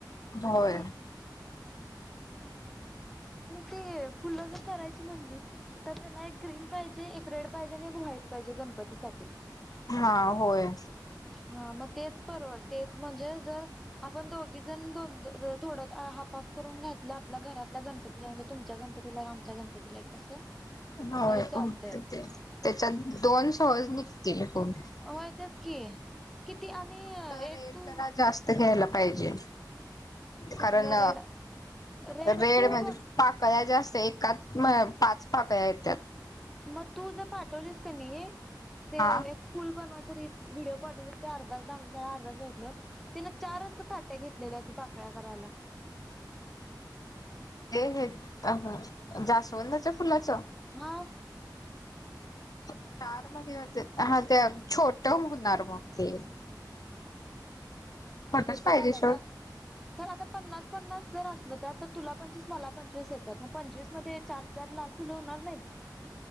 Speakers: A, on the left (about 55°); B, in the centre.
A: होय
B: मु क म्ह पाहिजे एक रेड पाहिजे आणि एक व्हाईट पाहिजे गणपती सा
A: हा होय
B: हा मग तेच बरोबर तेच म्हणजे जर आपण दोघी जण द थोडं हाफआफ करून घातलं आपल्या घरातला गणपतीला म्हणजे तुमच्या गणपतीला आमच्या गणपतीलाय कसं
A: हो
B: तरी चालतंय
A: ते त्याच्यात दोन सहज निघतील कोण.
B: होय तेच की किती आणि
A: फक्त रेट
B: एक तू
A: जरा जास्त घ्यायला पाहिजे
B: कुठलं
A: कारण
B: रेड रेड
A: वेळ
B: तू
A: म्हणजे
B: बघ
A: पाकळ जास्त एच म पाच पाक आहेत त्या
B: मग तू जर पाठवलीस का नाही ते
A: हा
B: एक पूल बनवाय व्हिडिओ पड अर् अर्धचितलं तिने चारच काट्या घेतलेल्या पाकळ्या करायला
A: हे हे अ जास्वंदाच्या फुलाच <inaudible>
B: हा
A: चार मध्ये हा ते छोट होणार मग ते <inaudible> छोटच
B: छोट
A: पाहिजे
B: झालंय
A: शेवट
B: का तर आता पन्नास पन्नास जर असल त्या तर तुला पंचवीस मला पंचवीस येतात मग पंचवीस मध्ये चार चार लाल फुलं होणार नाही